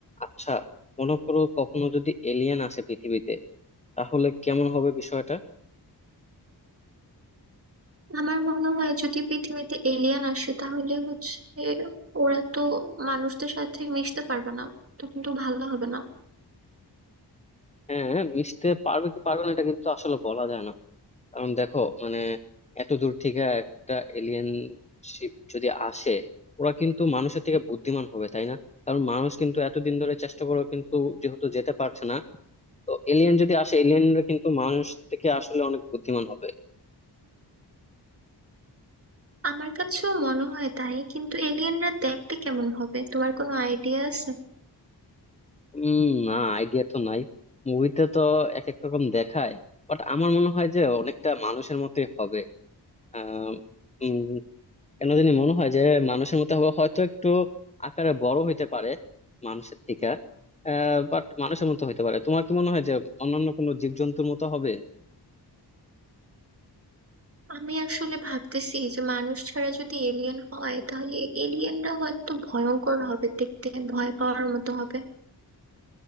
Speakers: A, on the left; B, on the right.
A: আচ্ছা মনে করো কখনো যদি এলিয়েন আসে পৃথিবীতে তাহলে কেমন হবে বিষয়টা
B: আমার মনে হয় যদি পৃথিবীতে এলিয়েন আসে তাহলে হচ্ছে ওরা তো মানুষদের সাথে মিশতে পারবে না তখন তো ভালো হবে না
A: হ্যাঁ মিশতে পারবে কি পারবে না এটা কিন্তু আসলে বলা যায় না কারণ দেখো মানে এত দূর থেকে একটা এলিয়েন শিপ যদি আসে ওরা কিন্তু মানুষের থেকে বুদ্ধিমান হবে তাই না কারণ মানুষ কিন্তু এতদিন ধরে চেষ্টা করেও কিন্তু যেহেতু যেতে পারছে না তো এলিয়েন যদি আসে এলিয়েনরা কিন্তু মানুষ থেকে আসলে অনেক বুদ্ধিমান হবে
B: আমার কাছেও মনে হয় তাই কিন্তু এলিয়েনরা দেখতে কেমন হবে তোমার কোনো আইডিয়া আছে
A: উম না আইডিয়া তো নাই মুভিতে তো এক এক রকম দেখায় বাট আমার মনে হয় যে অনেকটা মানুষের মতোই হবে আহ উম, কেন জানি মনে হয় যে মানুষের মতো হবে হয়তো একটু আকারে বড় হইতে পারে মানুষের থেকে বাট মানুষের মতো হইতে পারে তোমার কি মনে হয় যে অন্যান্য কোনো জীবজন্তুর মতো হবে
B: আমি আসলে ভাবতেছি যে মানুষ ছাড়া যদি এলিয়েন হয় তাহলে এলিয়েনরা হয়তো ভয়ঙ্কর হবে দেখতে ভয় পাওয়ার মতো হবে